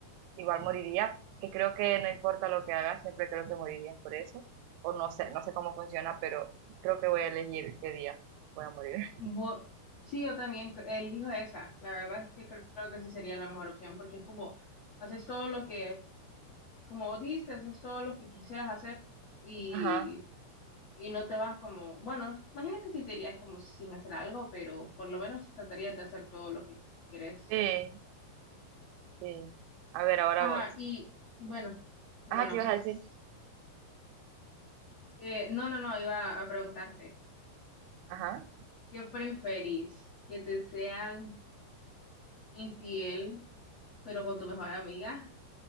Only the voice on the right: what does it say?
igual moriría, que creo que no importa lo que haga, siempre creo que morirías por eso, o no sé, no sé cómo funciona, pero creo que voy a elegir qué día voy a morir. <laughs>
Ajá,
sí, sí. A ver, ahora
vos.
Ajá, ¿qué ibas
a decir?
Ajá,